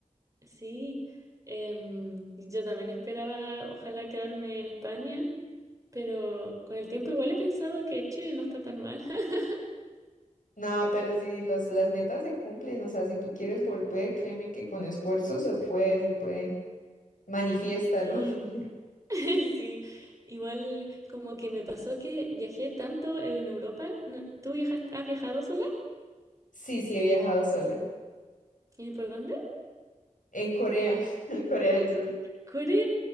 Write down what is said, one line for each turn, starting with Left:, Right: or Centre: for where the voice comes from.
Right: Sí. Em, yo también esperaba, ojalá, quedarme en España, pero con el tiempo igual he pensado que Chile no está tan mal. <laughs>
Left: No, pero si los- las metas se cumplen, o sea, si tú quieres volver, créeme que con esfuerzo se puede, se puede. Manifiéstalo.
Right: Sí.
Left: <laughs>
Right: <laughs> Sí, igual como que me pasó que viajé tanto en Europa. no- ¿Tú viajas, has viajado sola?
Left: Sí, sí, he viajado sola.
Right: ¿Y por dónde?
Left: En Corea, <laughs> en Corea del Sur.
Right: Corea.